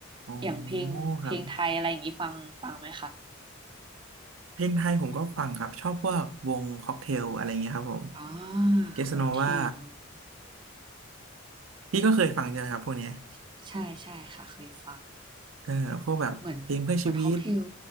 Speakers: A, on the right (about 85°); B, on the right (about 25°).
A: อ๋อ
B: อย่างเพลงเพลงไทยอะไรอย่างนี้ฟังฟังไหมคะ
A: ครับเพลงไทยผมก็ฟังครับชอบพวกวงค็อกเทลอะไรเงี้ยครับผม
B: อ่า
A: เกสโนวา
B: ค็อกเทล
A: พี่ก็เคยฟังใช่ไหมครับพวกเนี้ย
B: ใช่ใช่ค่ะเคยฟัง
A: เออพวกแบบเพลงเพื่อชีวิต
B: เหมือนเหมือนค็อกเทล